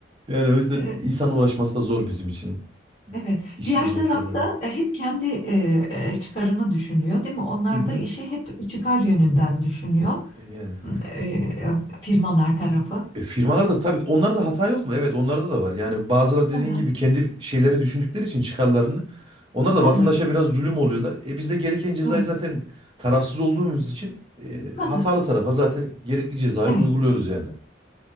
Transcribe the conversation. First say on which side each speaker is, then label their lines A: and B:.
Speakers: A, on the right; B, on the left.
A: Yani o yüzden
B: E,
A: insan uğraşması da zor bizim için.
B: Evet.
A: İşimiz
B: Diğer
A: olur
B: tarafta
A: böyle.
B: e, hep kendi e, e, çıkarını düşünüyor, değil mi? Onlar
A: Hı hı.
B: da işi hep çıkar yönünden düşünüyor.
A: Yani.
B: E, e, Firmalar tarafı.
A: E, firmalarda tabii onlarda hata yok mu? Evet onlarda da var. Yani bazıları dediğin
B: Hı hı,
A: gibi kendi şeylerini düşündükleri için çıkarlarını. Onlar
B: hı
A: da vatandaşa
B: hı,
A: biraz zulüm oluyorlar. E biz de gereken cezayı
B: Evet.
A: zaten tarafsız olduğumuz için e,
B: hı
A: hatalı
B: hı,
A: tarafa zaten gerekli cezayı
B: Evet.
A: uyguluyoruz yani.